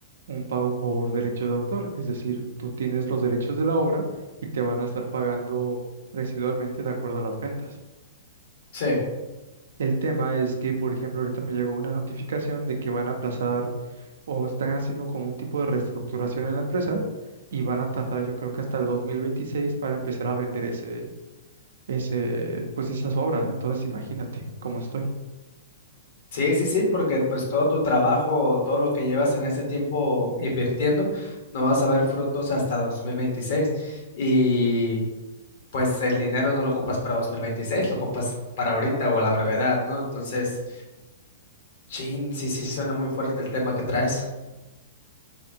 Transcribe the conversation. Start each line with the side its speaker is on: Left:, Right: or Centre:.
Right: un pago por derechos de autor. Es decir, tú tienes los derechos de la obra y te van a estar pagando residualmente de acuerdo a las ventas.
Left: Sí,
Right: El tema es que, por ejemplo, ahorita me llegó una notificación de que van a aplazar o están haciendo como un tipo de reestructuración en la empresa y van a tardar, yo creo que hasta el 2026 para empezar a vender ese, ese, pues esas obras. Entonces, imagínate cómo estoy.
Left: sí, sí, sí, porque pues todo tu trabajo, todo lo que llevas en ese tiempo invirtiendo, no vas a ver frutos hasta 2026 y pues el dinero no lo ocupas para 2026, lo ocupas para ahorita o a la brevedad, ¿no? Entonces, chin, sí, sí, sí, suena muy fuerte el tema que traes.